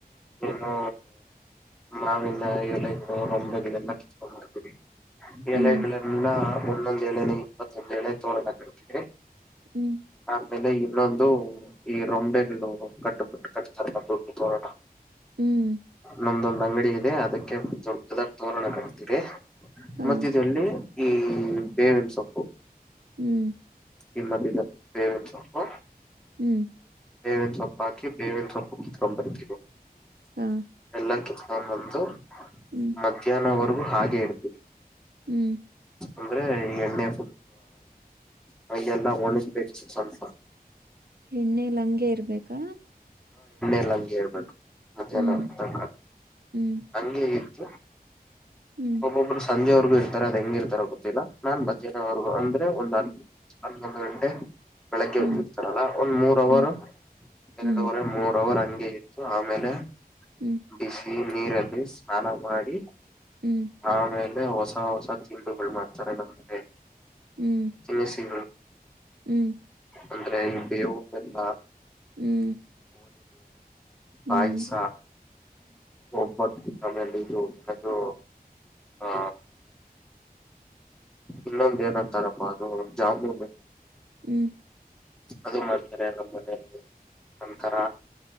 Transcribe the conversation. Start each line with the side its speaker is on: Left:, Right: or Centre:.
Centre: ಏನೋ ಮಾವಿನ ಎ ರೊಂಬಗಳೆ ಕತ
Right: ಹ್ಮ್
Centre: ಎಲೆಗಳೆನ್ನ ಒಂದೊಂದ್ ಎೇಳೆನೆ ಇಪ್ಪತ್ತೊಂದ ೇಳೆ ತೋಳೋ ಹಾಕಿರ್ತದೆ
Right: ಹ್ಮ್
Centre: ಆಮೇಲೆ ಇನ್ನೊಂದು ಈ ರೊಂಬೆಗಳು ಕಟ್ಟುಬಟ್ಟು ಕಟ್ತಾರ ಮ ದುಡ್ಡು ತೋಡೋಣ
Right: ಹ್ಮ್
Centre: ನಮ್ದೊಂದ್ ಅಂಗಡಿ ಇದೆ ಅದಕ್ಕೆ ದೊಡ್ಡದಾಗಿ ತೋರಣ ಕಟ್ತೀರಿ
Right: ಹಾ
Centre: ಮತ್ತ ಇದಲ್ಲಿ ಈ ಬೇವಿನ ಸೊಪ್ಪು
Right: ಹ್ಮ್
Centre: ನಿಮ್ಮದ ದೇವೇನ್ಸ ಹ
Right: ಹ್ಮ್
Centre: ಬೇವಿನ ಸೊಪ್ಪು ಹಾಕಿ ಬೇವಿನ ಸೊಪ್ಪು ಕತ್ಕೊಂಡ್ ಬರ್ತೀವಿ
Right: ಹಾ
Centre: ಎಲ್ಲ ಕತ್ಕೊಂಡ ಬಂದು
Right: ಹ್ಮ್
Centre: ಮಧ್ಯಾಹ್ನವರೆಗೂ ಹಾಗೆ ಇಡ್ತೀವಿ
Right: ಹ್ಮ್
Centre: ಅಂದ್ರೆ ಎಣ್ಣೆ ಪು ಮ ಎಲ್ಲ ಒಣಗಬೇಕು ಸ್ವಲ್ಪ
Right: ಎಣ್ಣೇಲಿ ಹಂಗೆ ಇರ್ಬೇಕಾ
Centre: ಎಲ್ಲ ಹಂಗೆ ಹೇಳ್ಬೇಕು ಮಧ್ಯಾಹ್ನ
Right: ಹ್ಮ್
Centre: ತ
Right: ಹ್ಮ್
Centre: ಹಂಗಗೆಗತ್ತು
Right: ಹ್ಮ್
Centre: ಒಬ್ಬೊಬ್ಬರು ಸಂಜೆವ್ರಿಗು ಇರ್ತಾರೆ ಅದ ಹೆಂಗ ಇರ್ತಾರ ಗೊತ್ತಿಲ್ಲ ನಾನ್ ಮಧ್ಯಾಹ್ನವ್ರುಗ ಅಂದ್ರೆ ಒಂದ ಹನ್ನೊಂದು ಗಂಟೆ ಬೆಳಗ್ಗೆ
Right: ಹ್ಮ್
Centre: ಹದಿರ್ತಾರಲ್ಲ
Right: ಹ್ಮ್
Centre: ಒಂದ್ ಮೂರ್ ಅವರ್
Right: ಹ್ಮ್
Centre: ಎರಡುುವರೆ
Right: ಹ್ಮ್
Centre: ಮೂರ್ ಅವರ್ ಇತ್ತು ಆಮೇಲೆ
Right: ಹ್ಮ್ ಹ್ಮ್
Centre: ಬಿಸಿ ನೀರಲ್ಲಿ ಸ್ನಾನ ಮಾಡಿ
Right: ಹ್ಮ್
Centre: ಆಮೇಲೆ ಹೊಸ ಹೊಸ ತಿಂಡಗಳುಗಳು ಮಾಡ್ತಾರೆ ನಮ್ಗೆ
Right: ಹ್ಮ್
Centre: ತಿನ್ನ ಸಿೀ
Right: ಹ್ಮ್
Centre: ಅಂದ್ರೆ ಈ ಬೇವು ಬೆಲ್ಲ
Right: ಹ್ಮ್ ಹ್ಮ್
Centre: ಪೈಸ ಒಬ ಆಮೇಲೆ ಇದು ಅದು ಆ ಇನ್ನೊಂದ ಏನಂತಾರಪ್ಪಾ ಅದು ಜಾಮೂನು
Right: ಹ್ಮ್
Centre: ಅದು ಮಾಡ್ತಾರೆ ನಮ್ಮ ಮನೆಯಲ್ಲಿ ಒಂತರ